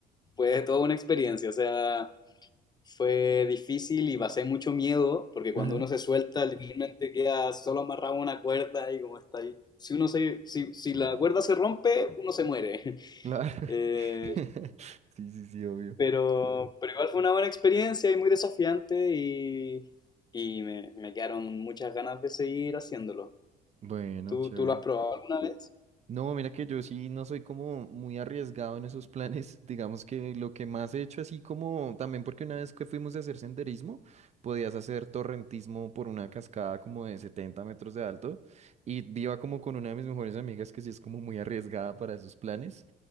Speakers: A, on the left; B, on the right.
A: fue toda una experiencia, o sea, fue difícil y pasé mucho miedo porque cuando
B: Ajá.
A: uno se suelta literalmente queda solo amarrado a una cuerda y como está ahí. Si, uno se, si, si
B: Claro.
A: la cuerda se rompe, uno se muere. <laughs>
B: Claro.
A: Eh,
B: <laughs> Sí, sí, sí, obvio.
A: pero, pero igual fue una buena experiencia y muy desafiante y, y me, me quedaron muchas ganas de seguir haciéndolo.
B: Bueno,
A: ¿Tú,
B: chévere.
A: tú lo has probado alguna vez?
B: No, mira que yo sí no soy como muy arriesgado en esos planes. <laughs> Digamos que lo que más he hecho así como también porque una vez que fuimos a hacer senderismo, podías hacer torrentismo por una cascada como de 70 metros de alto y iba como con una de mis mejores amigas que sí es como muy arriesgada para esos planes